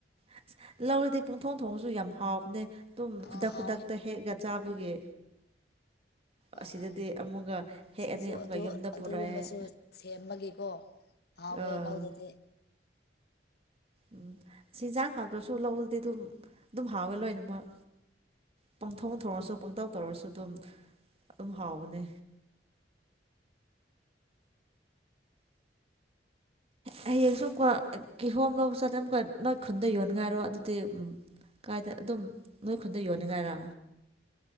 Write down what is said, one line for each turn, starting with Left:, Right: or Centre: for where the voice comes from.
Right: ꯑꯁ ꯂꯧꯔꯗꯤ ꯄꯣꯡꯊꯣꯡ ꯊꯣꯡꯁꯨ ꯌꯥꯝ ꯍꯥꯎꯕꯅꯦ ꯑꯗꯨꯨꯝ
Left: ꯑ
Right: ꯈꯨꯗꯛ
Left: ꯍꯥꯎꯋꯦ
Right: ꯈꯨꯗꯛꯇ ꯍꯦꯛꯒ ꯆꯥꯕꯒꯤ ꯑꯁꯤꯗꯗꯤ
Left: ꯎꯝ
Right: ꯑꯃꯨꯛꯀ ꯍꯦꯛꯑꯅꯤ
Left: ꯁꯤꯡꯁꯨ
Right: ꯑꯃꯨꯛꯀ
Left: ꯑꯗꯨ
Right: ꯌꯨꯝꯗ
Left: ꯑꯗꯨꯒꯨꯝꯕꯁꯨ
Right: ꯄꯨꯔꯛꯑꯦ
Left: ꯁꯦꯝꯃꯒꯦꯀꯣ ꯍꯕꯦ
Right: ꯑꯥ
Left: ꯂ ꯂꯧꯗꯗꯤ
Right: ꯎꯝ ꯆꯤꯟꯖꯥꯛ ꯍꯥꯡꯇ꯭ꯔꯁꯨ ꯂꯧꯗꯤ ꯑꯗꯨꯝ ꯑꯗꯨꯝ ꯍꯥꯎꯋꯦ ꯂꯣꯏꯅꯃꯛ ꯄꯪꯊꯣꯡ ꯊꯣꯡꯁꯨ ꯄꯪꯇꯧ ꯇꯧꯔꯁꯨ ꯑꯗꯨꯝ ꯑꯗꯨꯝ ꯍꯥꯎꯕꯅꯦ ꯍꯌꯦꯡꯁꯨ ꯑꯃꯨꯛꯀ ꯀꯤꯍꯣꯝ ꯂꯧꯕ ꯆꯠꯇꯦ ꯑꯃꯨꯛꯀ ꯅꯣꯏ ꯈꯨꯟꯗ ꯌꯣꯟ ꯉꯥꯏꯔꯣ ꯑꯗꯨꯗꯤ ꯎ ꯀꯥꯏꯗ ꯑꯗꯨꯝ ꯅꯣꯏ ꯈꯨꯟꯗ ꯌꯣꯟꯅꯤ ꯉꯥꯏꯔ